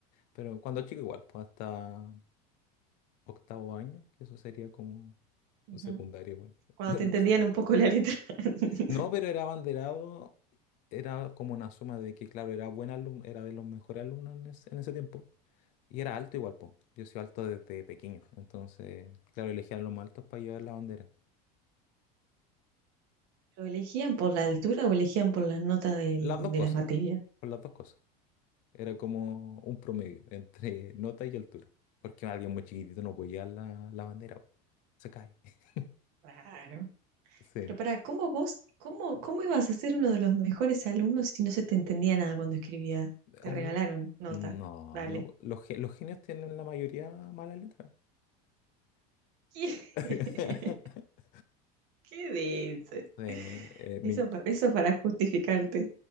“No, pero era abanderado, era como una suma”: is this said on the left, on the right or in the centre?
Left